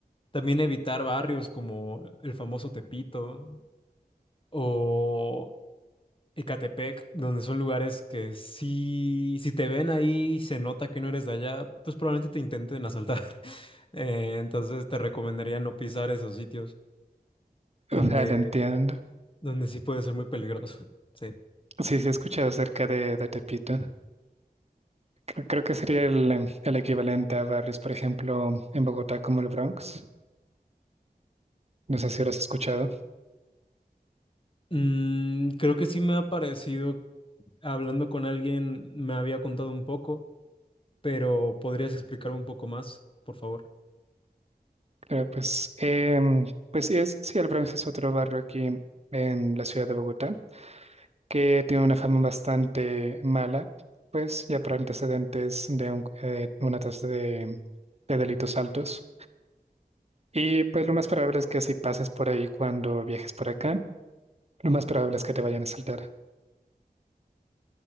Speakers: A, on the left (about 35°); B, on the right (about 40°).
A: También evitar barrios como el famoso Tepito o Ecatepec, donde son lugares que si, si te ven ahí y se nota que no eres de allá, pues probablemente te intenten asaltar. <laughs> Eh, entonces te recomendaría no pisar esos sitios
B: <laughs>
A: donde,
B: vale, entiendo.
A: donde sí puede ser muy peligroso. Sí.
B: Sí, sí, he escuchado acerca de, de Tepito. Cre- Creo que sería el, em, el equivalente a barrios, por ejemplo, en Bogotá como el Bronx. No sé si lo has escuchado.
A: Mm, creo que sí me ha parecido, hablando con alguien, me había contado un poco, pero ¿podrías explicar un poco más, por favor?
B: Claro, pues, em, pues sí es, sí, el Bronx es otro barrio aquí en la ciudad de Bogotá que tiene una fama bastante mala, pues ya por antecedentes de un- eh, una tasa de, de delitos altos. Y pues lo más probable es que si pases por ahí cuando viajes por acá, lo más probable es que te vayan a asaltar.